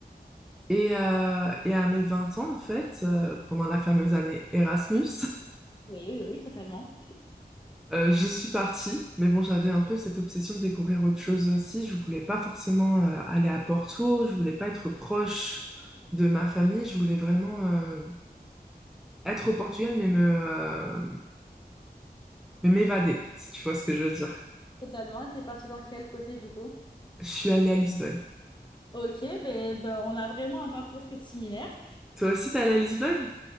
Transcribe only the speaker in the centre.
Et, euh, et à mes 20 ans, en fait, euh, pendant la fameuse année Erasmus,
<laughs> euh, je suis partie. Mais bon, j'avais un peu cette obsession de découvrir autre chose aussi. Je voulais pas forcément euh, aller à Porto, je voulais pas être proche de ma famille, je voulais vraiment euh, être au Portugal, mais me, euh, mais m'évader, si tu vois ce que je veux dire.
Je suis allée à Lisbonne.
Toi aussi, t'es allée à Lisbonne?